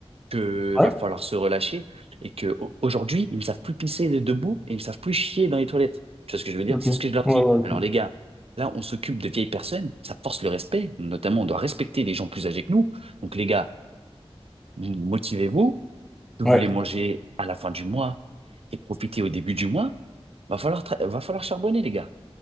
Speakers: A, on the right (about 65°); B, in the centre.
A: que
B: ouais,
A: va falloir se relâcher et que au- aujourd'hui, ils ne savent plus pisser debout et ils ne savent plus chier dans les toilettes. Tu vois ce que je veux dire?
B: ok,
A: C'est
B: ouais,
A: ce que je leur
B: ouais,
A: dis.
B: ok,
A: Alors les gars, là, on s'occupe de vieilles personnes, ça force le respect. Notamment, on doit respecter les gens plus âgés que nous. Donc les gars, vous- motivez-vous. Si vous
B: ouais,
A: voulez manger à la fin du mois et profiter au début du mois, va falloir tra- va falloir charbonner les gars.